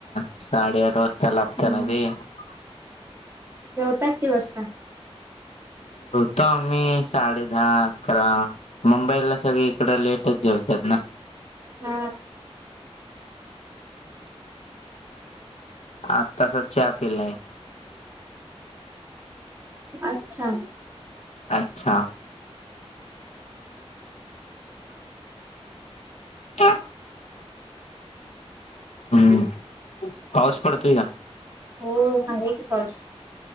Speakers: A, on the left; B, on the right.
A: साडे-आठ वाजता लागत
B: हं.
A: ना ते. हा <unintelligible>
B: जेवता किती वाजता?
A: जेवतो आम्ही साडे-दहा-अकरा मुंबईला सगळी इकड लेटच जेवतात ना.
B: हा
A: आतासा चहा पिलाय.
B: अच्छा.
A: अच्छा. काय. हम्म पाऊस पडतोय का?
B: हो आहे की पाऊस.